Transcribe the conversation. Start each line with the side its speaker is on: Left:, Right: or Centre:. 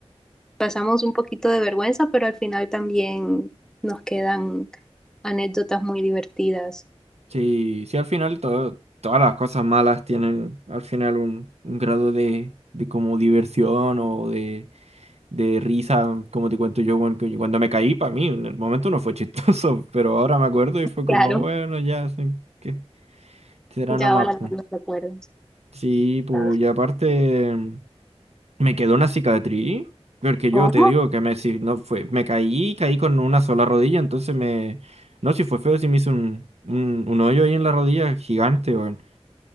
Centre: pasamos un poquito de vergüenza, pero al final también nos quedan anécdotas muy divertidas.
Right: Sí, sí, al final todo- todas las cosas malas tienen al final un, un grado de, de como diversión o de, de risa, como te cuento yo, cuando, cuando me caí, para mí en el momento no fue chistoso, <laughs> pero ahora me acuerdo y fue como,
Centre: Claro,
Right: bueno, ya, sí, que será
Centre: ya
Right: nomás.
Centre: ahora
Right: pu.
Centre: no los recuerdos.
Right: Sí, pues,
Centre: Claro.
Right: y aparte... Me quedó una cicatriz, porque yo
Centre: Oh,
Right: te digo que me, si no fue, me caí, caí con una sola rodilla, entonces me... No, si fue feo, si me hizo un, un, un hoyo ahí en la rodilla gigante, weón.